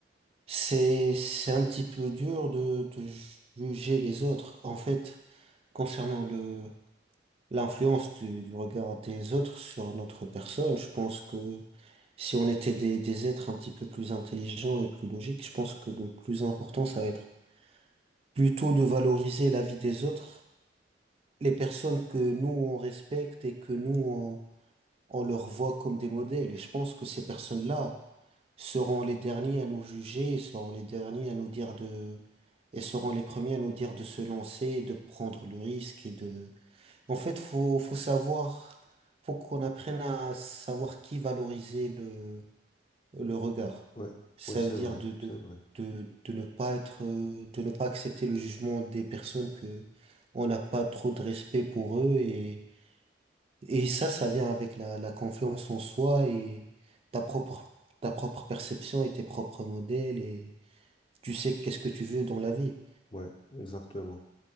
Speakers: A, on the right; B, on the left.
A: C'est, c'est un petit peu dur de, de juger les autres. En fait, concernant le, l'influence du, du regard des autres sur notre personne, je pense que si on était des, des êtres un petit peu plus intelligents et plus logiques, je pense que le plus important, ça va être plutôt de valoriser la vie des autres, les personnes que nous, on respecte et que nous, on, on leur voit comme des modèles. Et je pense que ces personnes-là, seront les derniers à nous juger, et seront les derniers à nous dire de, et seront les premiers à nous dire de se lancer, et de prendre le risque et de, en fait, faut, faut savoir, faut qu'on apprenne à savoir qui valoriser le, le regard.
B: Ouais,
A: Ça
B: ouais, c'est
A: veut dire
B: vrai,
A: de, de,
B: c'est vrai.
A: de, de ne pas être, euh, de ne pas accepter le jugement des personnes que on n'a pas trop de respect pour eux et et ça, ça vient avec la, la confiance en soi et ta propre, ta propre perception et tes propres modèles et tu sais qu'est-ce que tu veux dans la vie.
B: Ouais, exactement.